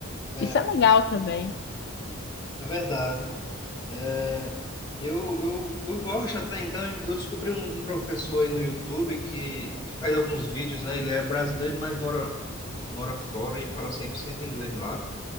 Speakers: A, on the left; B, on the left.
A: É,
B: Isso é legal também,
A: é verdade. É, eu, eu, eu gosto até então. Eu descobri um, um professor aí no YouTube que, que faz alguns vídeos, né? Ele é brasileiro, mas mora, mora fora e fala 100% inglês lá.